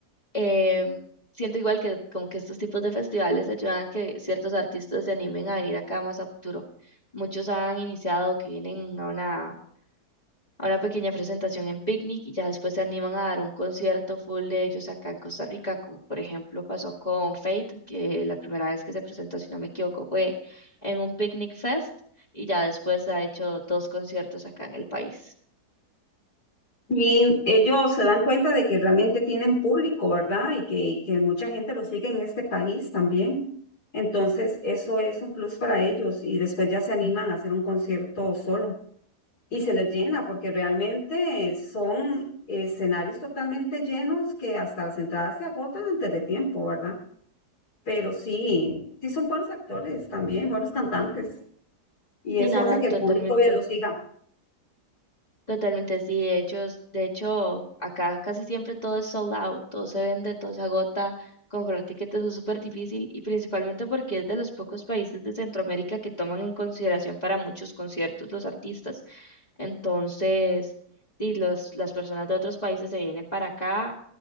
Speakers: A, on the left; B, on the left.
A: Eh, siento igual que como que estos tipos de festivales ayudan a que ciertos artistas se animen a venir acá más a futuro. Muchos han iniciado que vienen a una a una pequeña presentación en Picnic y ya después se animan a dar un concierto full de ellos acá en Costa Rica, como por ejemplo pasó con Fate, que la primera vez que se presentó, si no me equivoco, fue en un Picnic Fest y ya después ha hecho dos conciertos acá en el país.
B: Y ellos se dan cuenta de que realmente tienen público, ¿verdad? Y que, que mucha gente lo sigue en este país también. Entonces, eso es un plus para ellos y después ya se animan a hacer un concierto solo y se les llena porque realmente son escenarios totalmente llenos que hasta las entradas se agotan antes de tiempo, ¿verdad? Pero sí, sí son buenos actores también, buenos cantantes y
A: Sí,
B: eso
A: no,
B: hace
A: no,
B: que
A: totalmente.
B: el público ya lo siga.
A: Totalmente, sí, de hecho, de hecho, acá casi siempre todo es sold out, todo se vende, todo se agota, comprar tiquetes es súper difícil y principalmente porque es de los pocos países de Centroamérica que toman en consideración para muchos conciertos los artistas. Entonces, sí, los, las personas de otros países se vienen para acá